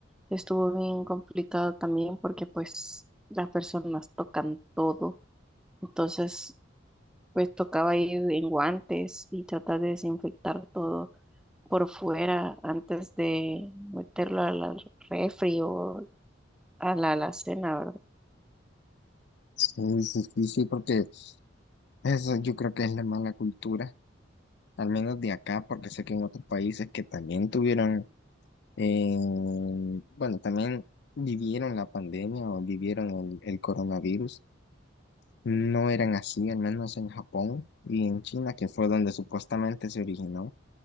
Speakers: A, in the centre; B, on the left (about 60°).
A: estuvo bien complicado también porque pues las personas tocan todo. Entonces, pues tocaba ir en guantes y tratar de desinfectar todo por fuera antes de meterlo a la refri o a la alacena, ¿verdad?
B: Sí, sí, sí, sí, porque eso yo creo que es la mala cultura al menos de acá, porque sé que en otros países que también tuvieron, eh, bueno, también vivieron la pandemia o vivieron el, el coronavirus, no eran así, al menos en Japón y en China, que fue donde supuestamente se originó.